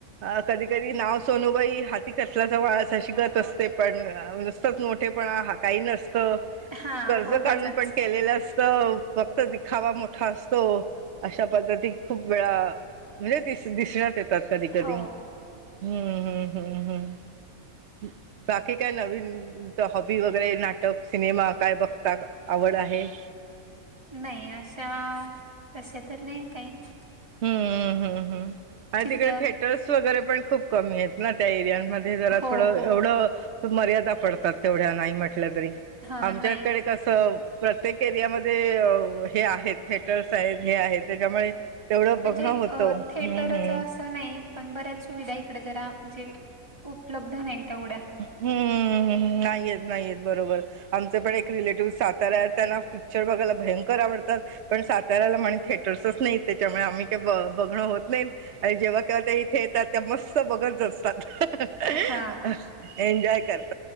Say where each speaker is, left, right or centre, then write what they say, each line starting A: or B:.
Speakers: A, on the right; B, on the right.
A: अ कधी नाव सोनूबाई- ती कसलाचा वाळ अशी गत असते पण नुसतेच मोठेपणा हा काही नसतं-
B: हा
A: कर्ज
B: उगचच
A: काढून पण केलेलं अस- फक्त दिखावा मोठा असतो अशा पद्धती खूप वेळा- म्हणजे दिस दिसण्यात येतात कधी कधी-
B: हो
A: हम्म हम्म हम्म हम् बाकी काय नवीन हॉबी वगैरे- नाटक सिनेमा काय बघता आवड आहे.
B: नाही अशा तशा तर नाही काही-
A: हम्म हम्म हम्म. आणि
B: चित
A: तिकडे थेटर्स वगैरे पण खूप कमी आहेत ना त्या एरियामध्ये जरा
B: हो
A: थोडं
B: हो
A: एवढं- मर्यादा पडतात तेवढ्या नाही म्हटल्या तरी,
B: हा
A: आमच्याकडे
B: नाही
A: कसं- प्रत्येक एरियामध्ये हे आहेत थिएटर्स आहेत हे आहे त्याच्यामुळे- तेवढं
B: म्हणजे
A: बघणं होतं हम्म
B: थेटरच
A: हम्म.
B: असं नाही पण बऱ्याच सुविधा इकडं जरा म्हणजे- उपलब्ध नाही तेवढ्या-
A: हम्म नाहीेत नाहीेत बरोबर आमचे पण एक रिलेटिव्ह साताऱा आहेत त्यांना पिक- चिक्चर बघायला भयंकर आवडतात. पण साताऱ्याला म्हणे थिएटर्सच नाहीत त्याच्यामुळे आम्ही काही ब बघणं होत नाहीत. आणि जेव्हा केव्हा ते इथे येतात तेव्हा मस्त बघत जगतात. एन्जॉय
B: हा हा
A: कर.